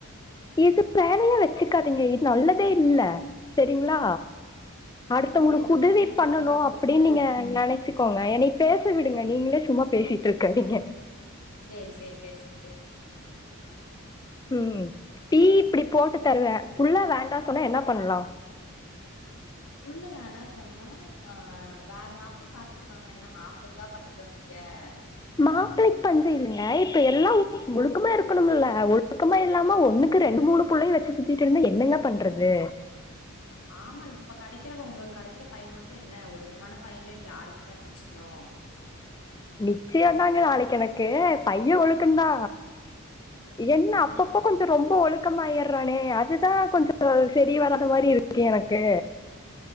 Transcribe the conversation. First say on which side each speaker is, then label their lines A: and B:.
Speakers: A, on the left (about 20°); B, on the left (about 85°).
A: இது வேலையா வச்சுக்காதீங்க இது நல்லதே இல்ல செரிங்ளா அடுத்துவங்களுக்
B: அது என்னமோ
A: உதவி
B: எனக்கு
A: பன்னணு
B: பழகி போச்சுங்க
A: அப்படின் நீங்க நெனச்சு க்கோங்க என்னை பேச விடுங்க நீங்களே சும்மா பேசிட்ருக்காதிங்க
B: சேரி சேரி பேசுங்க பேசுங்க
A: ம் டீ இப்டி போட்டு தருவே புள்ள வேண்டா சொன்னா என்ன பண்லா
B: புள்ள வேணா சொன்னா ஆ வேற மாப்ளைய பாத்துக்குவாங்க என்ன மாப்ளைக்கா பஞ்சோ இங்க ங்க
A: மாப்ளைக் பஞ்ச இல்லெங்க இப்ப எல்லா ஒழுக்கமா இருக்கனும்ல்ல ஒழுக்கமா இல்லாம ஒண்ணு க்கு ரெண்டு மூணு பிள்ளைய வச்சு சுத்திட்டு இருந்தா என்னங்க பண்றது
B: <inaudible> ஆமா இப்ப கெடைக்கிறவ உங்களுக்கு கிடைக்கிற பைய மட்டு என்ன ஒழுக்கமான பையனு யாருக்குங்க நிச்சயோ <inaudible>
A: நிச்சயந்தாங்க நாளைக்கு எனக்கு பைய ஒழுக்கந்தா என்ன
B: ஆஹ்
A: அப்பப்ப கொஞ்ச ரொம்ப ஒழுக்கமாயிற றானே அதுதா கொஞ்ச சரி வராத மாரி இருக்கு எனக்கு